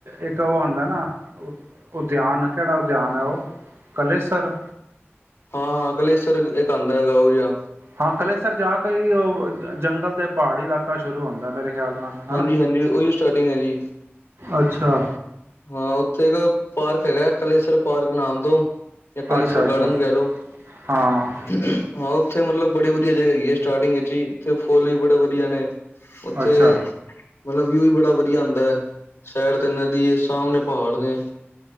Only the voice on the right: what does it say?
ਇੱਕ ਉਹ ਆ ਦਾ ਨਾ ਉਦਿਆਨ ਕਿਹੜਾ ਉਦਿਆਨ ਹੈ ਉਹ ਕਲੇਸਰ
ਹਾਂ ਕਲੇਸਰ ਜਾ ਕੇ ਈ ਓਹ ਜੰਗਲ ਤੇ ਪਹਾੜੀ ਇਲਾਕਾ ਸ਼ੁਰੂ ਹੁੰਦਾ ਐ ਮੇਰੇ ਖਿਆਲ ਨਾਲ ਹਨਾ
ਅੱਛਾ
ਅੱਛਾ ਅੱਛਾ
ਹਾਂ
ਅੱਛਾ